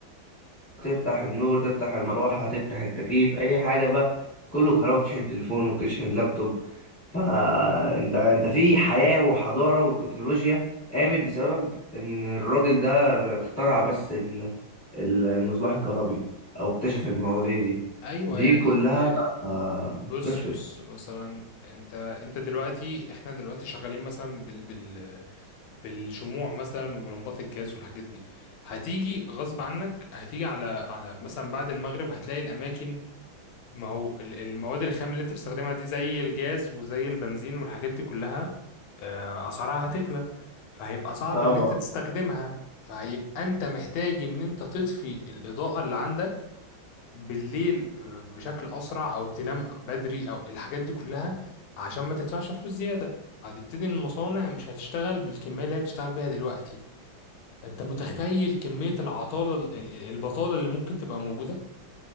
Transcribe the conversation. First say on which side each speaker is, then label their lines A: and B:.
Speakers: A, on the left; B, on the left.
A: تفتح النور تفتح المروحة هتفتح التكييف أي حاجة بقى كله كهرباء تشحن تليفون وتشحن لابتوب فأنت أنت أنت في حياة وحضارة والتكنولوجيا قامت بسبب إن الراجل ده اخترع بس ال- ال- المصباح الكهربي أو اكتشف المواضيع دي
B: ايوه
A: دي
B: يعني
A: كلها
B: يعني
A: آه،
B: بص
A: تفرق
B: بص مثلا انت انت دلوقتي احنا دلوقتي شغالين مثلا بال بال بالشموع مثلا ولمبات الجاز والحاجات دي هتيجي غصب عنك هتيجي على على مثلا بعد المغرب هتلاقي الاماكن ما هو ال- المواد الخام اللي انت بتستخدمها دي زي الجاز وزي البنزين والحاجات دي كلها آه، اسعارها هتغلى فهيبقى صعب
A: طبعا
B: ان انت تستخدمها فهيبقى انت محتاج ان انت تطفي الاضاءة اللي عندك بالليل آه، بشكل اسرع او تنام بدري او الحاجات دي كلها عشان ما تدفعش فلوس زيادة هتبتدي المصانع مش هتشتغل بالكمية اللي هي بتشتغل بيها دلوقتي انت متخيل كمية العطالة ال- ال- البطالة اللي ممكن تبقى موجودة